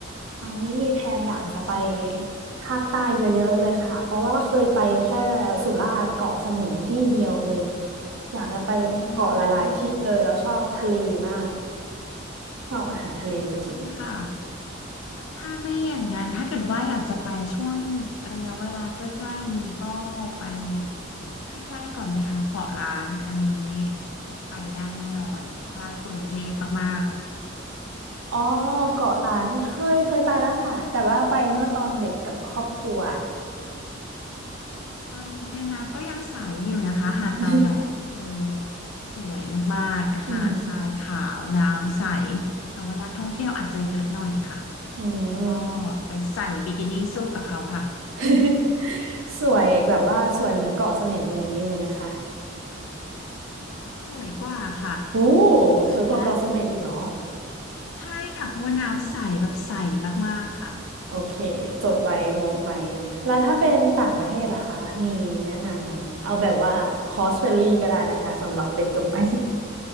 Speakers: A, on the right; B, on the left.
A: ครั้งนี้มีแพลนอยากจะไป
B: หาดสวย
A: ภาคใต้เยอะๆเลยค่ะเพราะว่าเคยไปแค่สุราษฎร์เกาะสมุยที่เดียวเองอยากจะไปเกาะหลายๆที่เลยแล้วชอบทะเลมาก
B: อ๋อ
A: ชอบอาหารทะเลสุด
B: ดีค่ะถ้าไม่อย่างนั้นถ้าเกิดว่าอยากจะไปช่วงระยะเวลาใกล้ๆนี้ก็ไปใกล้ๆก่อนไหมคะเกาะล้านอันนี้ไปได้แน่นอนใกล้กรุงเทพมาก
A: ๆอ๋อเกาะล้านเคยเคยไปแล้วค่ะแต่ว่าไปเมื่อตอนเด็กกับครอบครัว
B: ตอนนี้แกน้ำก็ยังใสอยู่นะคะหาดตาแหวนคือ
A: <laughs>
B: สวยมากๆหาดทรายขาวน้ำใส
A: อืม
B: แต่ว่านักท่องเที่ยวอาจจะเยอะหน่อยค่ะ
A: อืม
B: แล้วก็ไปใส่บิกินี่สู้กับเขาค่ะ
A: <laughs> สวยแบบว่าสวยเหมือนเกาะเสม็ดอะไรอย่างนี้เลยไหมคะ
B: สวยกว่าค่ะ
A: โอ้
B: ตกใจไหม
A: สวยกว่าเกาะเสม็ดอีกเหรอ
B: ใช่ค่ะเพราะว่าน้ำใสแบบใสมากๆค่ะ
A: โอเคจดไว้โน้ตไว้แล้วถ้าเป็นต่างประเทศล่ะคะมีแนะนำไหมเอาแบบว่าคอสเฟรนลี่ก็ได้นะคะสำหรับเด็กจบใหม่